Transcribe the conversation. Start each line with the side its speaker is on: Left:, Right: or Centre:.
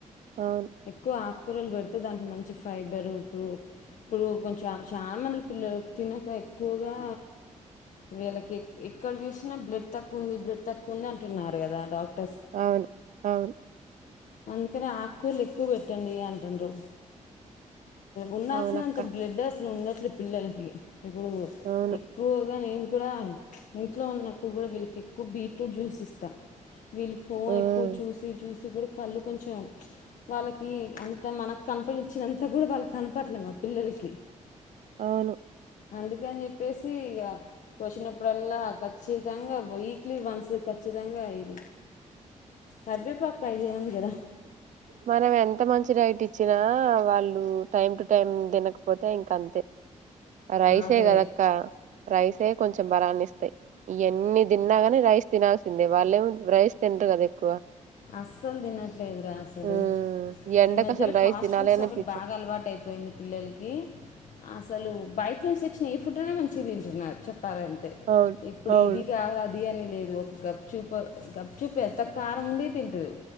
Right: అవును
Left: ఎక్కువ ఆకు కూరలు పెడితే దాంట్లో మంచి ఫైబరు ఇప్పు ఇప్పుడు కొంచెం చాలా మంది పిల్లలు తినక ఎక్కువగా వీళ్ళకి ఎక్కడ చూసినా బ్లడ్ తక్కువ ఉంది బ్లడ్ తక్కువ ఉంది అంటున్నారు కదా డాక్ట
Right: అవును అవును
Left: అందుకని ఆకూర్లు ఎక్కువ పెట్టండి అంటున్నారు ఉండాల్సినంత
Right: అవునక్క
Left: బ్లడ్ అస్ ఉండట్లే పిల్లలకి ఇప్పుడు
Right: అవును
Left: ఎక్కువగా నేను కూడా ఇంట్లో ఉన్నప్పుడు కూడా వీళ్ళకి ఎక్కువ బీట్రూట్ జ్యూస్ ఇస్తా వీళ్ళు ఫోన్
Right: ఉమ్
Left: ఎక్కువ చూసి చూసి ప్పుడు కళ్ళు కొంచెం వాళ్ళకి అంత మనకు కనిపించినంత కూడా వాళ్ళ కనపట్లేము మా పిల్లలకి
Right: అవును
Left: అందుకని చెప్పేసి ఇక వచ్చినప్పుడల్లా ఖచ్చితంగా వీక్లీ వన్స్ ఖచ్చితంగా ఇది కరిపేపాకు ఐడియా ఉంది కదా
Right: మనం ఎంత మంచి డైట్ ఇచ్చినా వాళ్ళు టైం టు టైం తినకపోతే ఇంక అంతే రైస్గ
Left: అదే
Right: అదక్క రైస్ కొంచెం బరాన్ని ఇస్తాయి ఇవన్ని తిన్నాగానే రైస్ తినాల్సిందే వాళ్ళేం రైస్ తినరు కదా ఎక్కువ
Left: అసలు దిన లేదురా అసలు
Right: ఉమ్, ఎండకు
Left: ఈ మధ్యలో
Right: అసలు రైస్
Left: ఫాస్ట్
Right: తినాలి
Left: ఫుడ్స్
Right: అనిపించదు
Left: ఒకటి బాగా అలవాటు అయిపోయింది పిల్లలకి అసలు బయట నుంచి తెచ్చిన ఏ ఫుడ్ అయినా మంచిగా తింటున్నారు చెప్ చెప్పారంటే
Right: అవును
Left: ఇప్పుడు
Right: అవును
Left: ఇది కావాలది బిర్యానీ లేదు ఒక గప్ చూపు గప్చూపు ఎంత కారం ఉండడి తింటారు